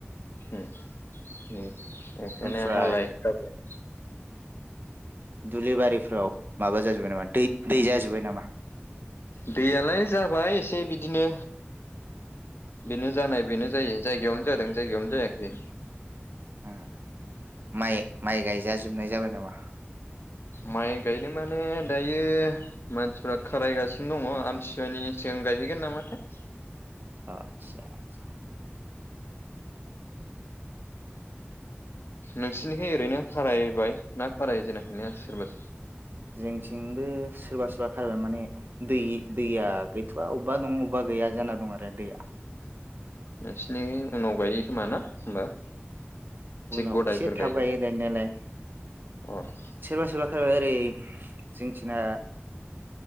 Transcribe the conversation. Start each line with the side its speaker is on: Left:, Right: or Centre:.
Left: होम बे अखायानो
Right: ओमफ्राय
Left: हालाय गारलाय
Right: दुब्लि बारिफ्राव माबा जाजोबाय नामा दै दै जाजोबबाय नामा?
Left: दैयालाय जाबाय एसे बिदिनो बेनो जानाय बेनो जायो जायगायावनो जादों जायगायावनो जायाखै
Right: ओ माइ माइ गायजाजोबनाय जाबाय नामा?
Left: माइ गायदों माने दायो मानसिफ्रा खारायगासिनो दङ आमथिुवानि सिगां गायहैगोन नामाथाय।
Right: आतसा आतसा
Left: नोंसिनिहाय ओरैनो खारायबाय ना खाराय जेनाखैनो सोरबा सो
Right: जोंनिथिंबो सोरबा बा खारायबाय माने दै दैया गैथ'वा अबेबा दं अबेबा गैया जा दं आरो दैया
Left: नोंसिनि उनाव गायो खोमा ना होमबा
Right: उनाव
Left: गदायफोर
Right: एसे
Left: गायगोन
Right: थाब गायो गायनायालाय।
Left: ना अ
Right: सोरबा सोरबा ओरै जोंनिथिंना